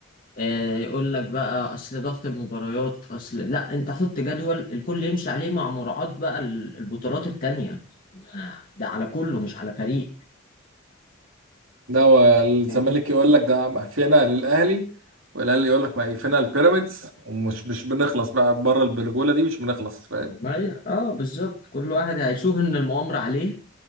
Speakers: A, on the left; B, on the right.
A: آه، يقول لك بقى أصل ضغط المباريات أصل لا انت حط جدول الكل يمشي عليه مع مراعاة بقى البطولات التانية ده على كله مش على فريق
B: ده هو الزمالك
A: فاهمني
B: يقول لك ده مقفلة للأهلي والأهلي يقول لك مقفلة للبيراميدز ومش مش بنخلص بقى بره البرجولة دي مش بنخلص فاهم
A: ما ي- اه بالظبط كل واحد هيشوف ان المؤامره عليه